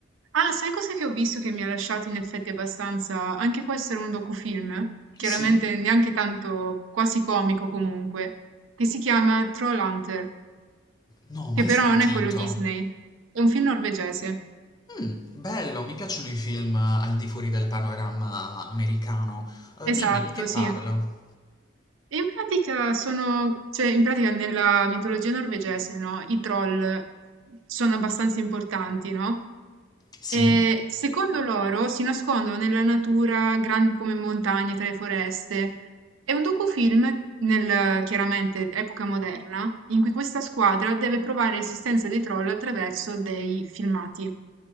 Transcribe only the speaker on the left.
Sì?
No, mai
sentito.
Mh, bello, mi piacciono i film eh, al di fuori del panorama americano. Uhm,
dimmi di che
parla?
Sì?